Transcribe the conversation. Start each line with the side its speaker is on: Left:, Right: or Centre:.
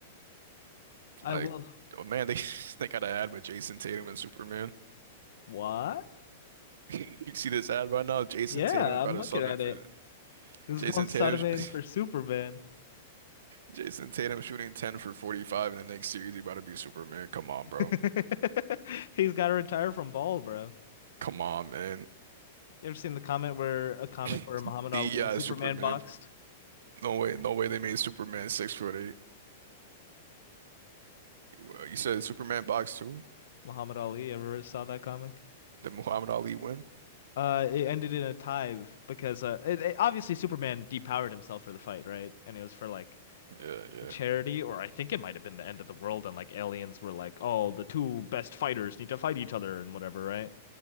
Left: I
Right: Like,
Left: will.
Right: oh man, they <laughs> they got an ad with Jason Tatum and Superman.
Left: What?
Right: <laughs> You see this ad right now? Jason
Left: Yeah,
Right: Tatum is about
Left: I'm looking
Right: to sub
Left: at
Right: in for
Left: it. This is
Right: Jason
Left: going Sutterman
Right: Tatum. <laughs>
Left: for Superman.
Right: Jason Tatum shooting 10 for 45 in the next series. You about to be Superman. Come on, bro.
Left: <laughs> He's got to retire from ball, bro.
Right: Come on, man.
Left: You ever seen the comment where a
Right: <laughs>
Left: comic where Muhammad
Right: The
Left: Ali and
Right: uh,
Left: Superman
Right: Superman.
Left: boxed?
Right: No way, no way they made Superman six foot eight. Well, You said Superman box two?
Left: Muhammad Ali, ever saw that comic?
Right: Did Muhammad Ali win?
Left: Uh, it ended in a tie because uh, it, it- obviously Superman depowered himself for the fight, right? And it was for like
Right: Yeah, yeah,
Left: charity or I think it might have been the end of the world and like aliens were like, oh, the two best fighters need to fight each other and whatever, right?